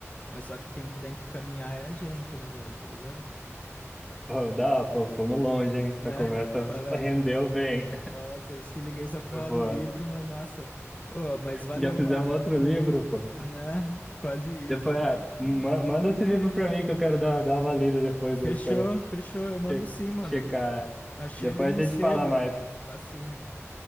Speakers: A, on the left; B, in the centre.
A: Mas só que quem que tem que caminhar é a gente, né, velho? Tá ligado?
B: Pô, dá, pô, fomos longe, hein? Essa
A: Né?
B: conversa
A: <laughs> Fala aí.
B: rendeu bem.
A: Nossa, é isso que liguei só pra
B: Foi
A: falar
B: boa.
A: do livro, mas nossa. Ô, mas valeu,
B: Já fizemos
A: mano.
B: outro livro, pô.
A: Né? Quase isso.
B: Depois, ah, ma- manda esse livro pra mim que eu quero dar, dar uma lida depois,
A: Fechou,
B: eu quero
A: fechou. Eu mando
B: che-
A: sim, mano.
B: checar.
A: Achei
B: Depois
A: ele num
B: a
A: sebo.
B: gente fala mais.
A: Facinho.